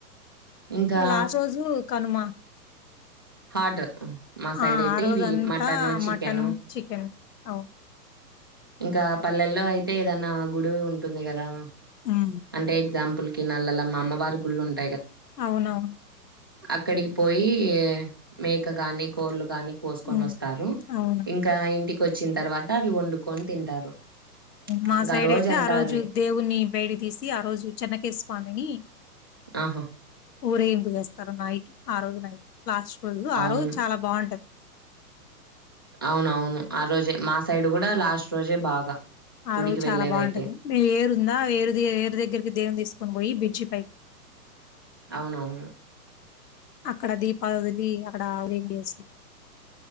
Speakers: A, on the right; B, on the left.
A: ఇంకా
B: ఆ లాస్ట్ రోజు కనుమ
A: హాట్ మా సైడ్
B: ఆ
A: అయితే
B: ఆ రోజు
A: ఇవి
B: అంతా
A: మటన్ చికెను
B: మటను చికెన్ అవును
A: ఇంకా పల్లెల్లో అయితే ఏదన్నా గుడి ఉంటుంది కదా
B: ఉమ్
A: అంటే ఎగ్జాంపుల్ కి నల్లల మా అమ్మవారి గుళ్ళు ఉంటాయి
B: అవునవును
A: అక్కడికి పోయి మేక కాని కోళ్లు కాని కోసుకొని
B: ఉమ్
A: వస్తారు
B: అవును
A: ఇంకా ఇంటికి వచ్చిన తర్వాత అవి వండుకొని తింటారు
B: మా
A: ఇంకా
B: సైడ్
A: రోజంతా
B: అయితే ఆ రోజు
A: అదే.
B: దేవున్నీ బయటకి తీసి ఆ రోజు చెన్నకేశవ స్వామిని
A: ఆహా!
B: ఊరేగింపు చేస్తారు నైట్ ఆ రోజు నైట్ లాస్ట్ రోజు ఆ
A: అవును.
B: రోజు చాలా బాగుంటది
A: అవునవును ఆ రోజే మా సైడ్ కూడా లాస్ట్ రోజే బాగా
B: ఆ
A: గుడికి
B: రోజు చాలా
A: వెళ్ళేదైతే.
B: బాగుంటది వేరుందా వేరు వేరు దగ్గరికి దేవున్ని తీసుకొని పోయి బ్రిడ్జి పైకి
A: అవునవును
B: అక్కడ దీపాలొదిలి అక్కడ అవులిన్ చేసి